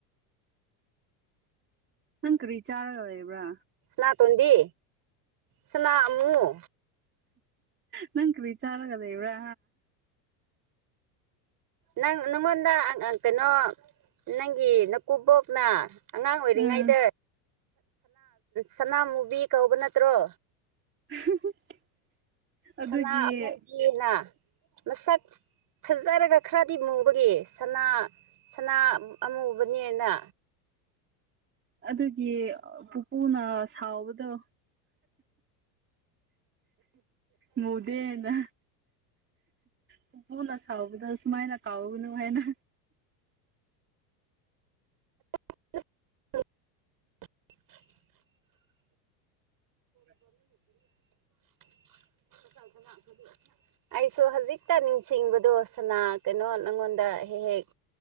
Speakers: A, on the right (about 25°); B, on the right (about 40°).
A: ꯅꯪ ꯀꯔꯤ ꯆꯥꯔꯒ ꯏꯕ꯭ꯔꯥ
B: ꯁꯅꯥꯇꯣꯟꯕꯤ ꯁꯅꯥ ꯑꯃꯃꯨ
A: ꯅꯪ ꯀꯔꯤ ꯆꯥꯒꯗ ꯏꯕ꯭ꯔꯥ
B: ꯅꯪ ꯅꯉꯣꯟꯗ ꯀꯩꯅꯣ ꯅꯪꯒꯤ ꯅꯀꯨꯕꯣꯛꯅ ꯑꯉꯥꯡ ꯑꯣꯏꯔꯤꯉꯩꯗ
A: ꯎꯝ
B: ꯁꯅꯥꯃꯨꯕꯤ ꯀꯧꯕ ꯅꯠꯇ꯭ꯔꯣ
A: <unintelligible> ꯑꯗꯨꯒꯤ
B: ꯁꯅꯥ ꯑꯃꯅ ꯃꯁꯛ ꯐꯖꯔꯒ ꯈꯔꯗꯤ ꯃꯨꯕꯒꯤ ꯁꯅꯥ ꯁꯅꯥ ꯑꯃꯨꯕꯅꯦꯅ
A: ꯑꯗꯨꯒꯤ ꯄꯨꯄꯨꯅ ꯁꯥꯎꯕꯗꯣ ꯃꯗꯦꯅ ꯄꯨꯄꯨꯅ ꯁꯥꯎꯕꯗ ꯁꯨꯃꯥꯏꯅ ꯀꯥꯎꯅꯨ ꯍꯥꯏꯅ
B: <unintelligible>
A: ꯑ
B: <unintelligible> ꯑꯩꯁꯨ ꯍꯧꯖꯤꯛꯇ ꯅꯤꯡꯁꯤꯡꯕꯗꯣ ꯁꯅꯥ ꯀꯩꯅꯣ ꯅꯪꯉꯣꯟꯗ ꯍꯦꯛ ꯍꯦꯛ